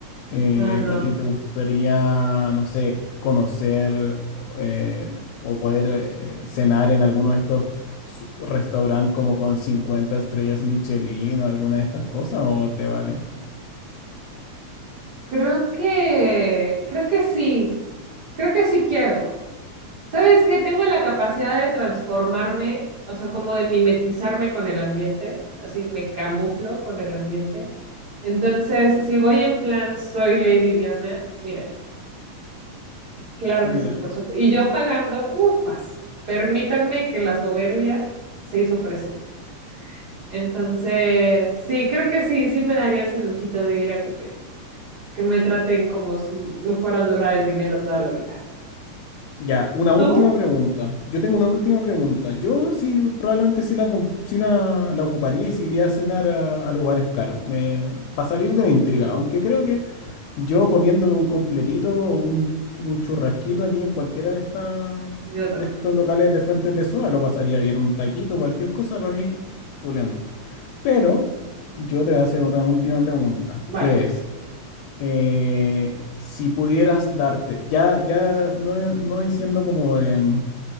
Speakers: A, on the left; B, on the right.
A: Eh,
B: Ah, no.
A: ¿a ti te gustaría, no sé, conocer eh, o poder eh, cenar en alguno de estos su- restaurantes como con 50 estrellas Michelin o alguna de estas cosas o te vale?
B: Creo que, creo que sí, creo que sí quiero. ¿Sabes qué? Tengo la capacidad de transformarme, o sea, como de mimetizarme con el ambiente, así me camuflo con el ambiente. Entonces,
A: Eh,
B: si voy en plan soy Lady Diana, mira, claro
A: Mira,
B: que sí, por supuesto. Y yo pagando, ufas, permítanme que la soberbia se hizo presente. Entonces, sí, creo que sí, sí me daría ese lujito de ir a que me, que me traten como si me fuera a durar el dinero toda la vida.
A: ya, una última
B: ¿Tú?
A: pregunta. Yo tengo una última pregunta. Yo sí, probablemente sí la, com- sí la, la ocuparía y sí iría a cenar a, a lugares caros. Me, para salir de la intriga, aunque creo que Yo comiéndome un completito o un, un churrasquito aquí en cualquiera de estas
B: Yo también.
A: de estos locales de fuentes de soda, lo pasaría bien. Un taquito, cualquier cosa para mí, pulento. Pero yo te voy a hacer otra última pregunta,
B: Vale.
A: que es, eh, si pudieras darte, ya, ya no, no diciendo como de,